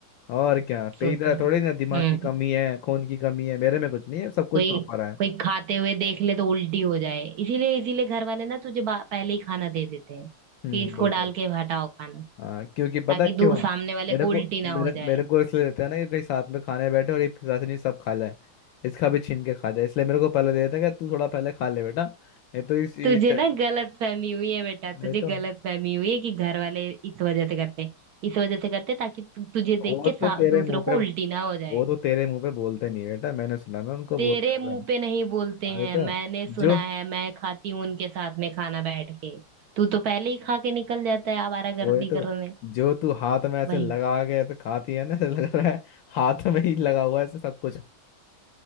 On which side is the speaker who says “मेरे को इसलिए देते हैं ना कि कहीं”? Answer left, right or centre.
Left